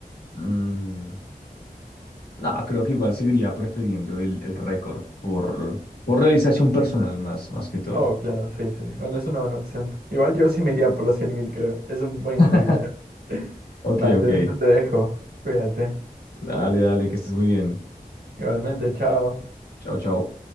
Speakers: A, on the left (about 85°); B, on the right (about 85°).
A: Mm, no, creo que igual seguiría prefiriendo el, el récord por, por realización personal más, más que todo.
B: Oh, claro, sí, sí. Bueno, es una buena opción. Igual yo sí me iría por los cien mil, creo. Es un buen
A: <laughs>
B: dinero. <laughs>
A: Ok,
B: Va, entonces
A: ok.
B: te dejo. Cuídate.
A: Dale, dale, que estés muy bien.
B: Igualmente, chao.
A: Chao, chao.